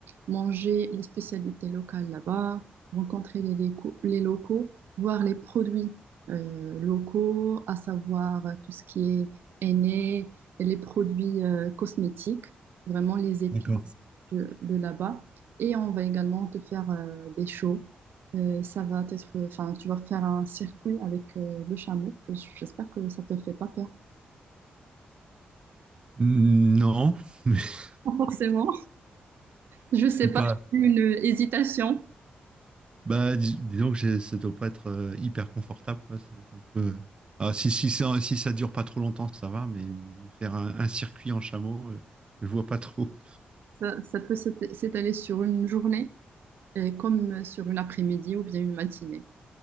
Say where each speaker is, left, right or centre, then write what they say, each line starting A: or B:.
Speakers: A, on the right (about 75°); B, on the right (about 30°).
A: manger les spécialités locales là-bas, rencontrer les, léco- les locaux, voir les produits euh, locaux, à savoir euh, tout ce qui est henné, les produits euh, cosmétiques, vraiment les épices
B: d'accord.
A: de, de là-bas. Et on va également te faire euh, des shows. Euh, ça va être, enfin, tu vas faire un circuit avec euh, le chameau. Je- J'espère que ça te fait pas peur.
B: Mm, Non, <laughs> mais je
A: <laughs> Forcément, je sais
B: suis
A: pas,
B: pas.
A: j'ai eu une hésitation.
B: Bah, dis, disons que j'ai- ça doit pas être euh, hyper confortable, quoi. C'est un peu. euh. Ah, si, si, ça, si ça dure pas trop longtemps, ça va, mais faire un, un circuit en chameau, euh, je vois pas trop.
A: Ça, ça peut s'éta- s'étaler sur une journée, et comme sur une après-midi ou bien une matinée.